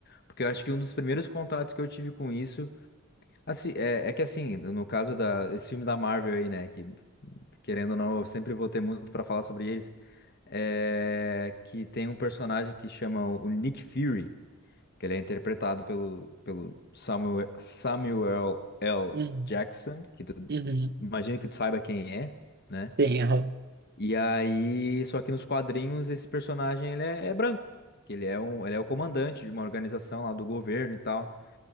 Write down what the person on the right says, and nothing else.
Uhum,
uhum.
Sim, aham.